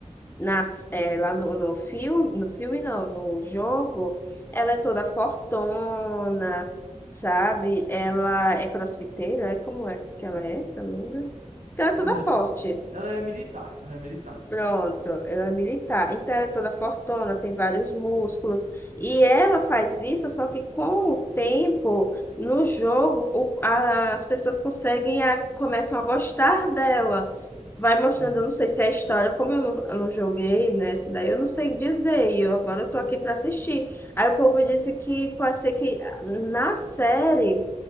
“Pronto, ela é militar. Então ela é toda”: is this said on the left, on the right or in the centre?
Left